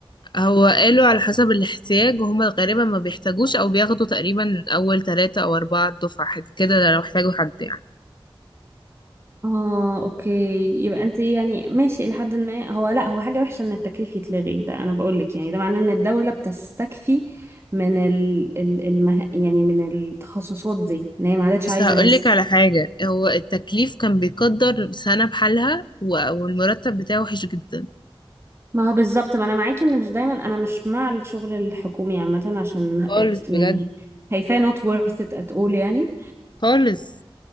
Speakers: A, on the left; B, on the right.
A: هو قالوا على حسب الاحتياج وهما غالبا ما بيحتاجوش او بياخدوا تقريبا اول ثلاثة او اربعة دفعة حاجة كده لو احتاجوا حد يعني
B: اه اوكي يبقى انت يعني ماشي الى حد ما هو لا هو حاجه وحشه ان التكليف يتلغي ده انا بقول لك يعني ده معناه ان الدوله بتستكفي من ال ال المه... يعني من التخصصات دي ان هي ما عادتش
A: بس
B: عايزه
A: هقولك
B: ناس
A: على حاجة هو التكليف كان بيقدر سنة بحالها و- والمرتب بتاعه وحش جدا
B: ما هو بالظبط ما انا معاكي ان مش دايما انا مش مع الشغل الحكومي عامه عشان آه،
A: خالص بجد
B: يعني هيفاه not worth it at all يعني
A: خالص